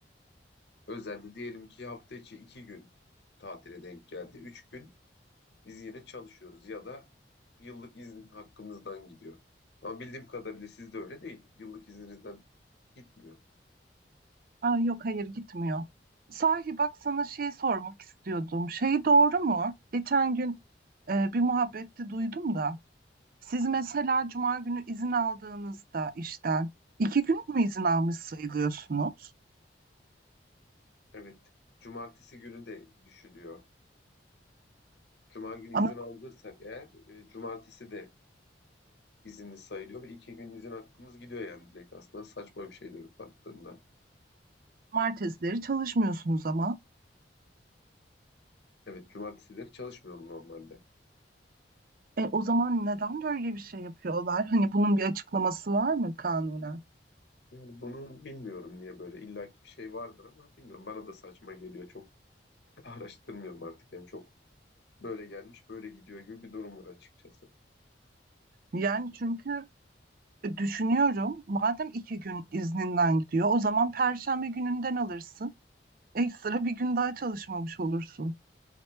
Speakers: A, on the left; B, on the right.
A: Özelde diyelim ki hafta içi 2 gün tatile denk geldi. üç gün Biz yine çalışıyoruz ya da yıllık izin hakkımızdan gidiyor. Ama bildiğim kadarıyla sizde öyle değil. Yıllık izninizden gitmiyor.
B: Aa, yok hayır gitmiyor. Sahi bak sana şey sormak istiyordum. Şey doğru mu? Geçen gün e, bir muhabbette duydum da. Siz mesela cuma günü izin aldığınızda işten iki gün mü izin almış sayılıyorsunuz?
A: Evet. Cumartesi günü de düşülüyor. Cuma günü izin
B: Ama
A: aldırsak eğer e, cumartesi de izinli sayılıyor ve iki gün izin hakkımız gidiyor yani direkt aslında saçma bir şey dönüp baktığında.
B: Cumartesileri çalışmıyorsunuz ama.
A: Evet cumartesileri çalışmıyorum normalde.
B: E, o zaman neden böyle bir şey yapıyorlar? Hani bunun bir açıklaması var mı kanunen?
A: Yani bunu bilmiyorum niye böyle illaki bir şey vardır ama bilmiyorum bana da saçma geliyor çok <laughs> araştırmıyorum artık yani çok Böyle gelmiş, böyle gidiyor gibi bir durum var açıkçası.
B: Yani çünkü e, düşünüyorum madem iki gün izninden gidiyor o zaman Perşembe gününden alırsın. Ekstra bir gün daha çalışmamış olursun.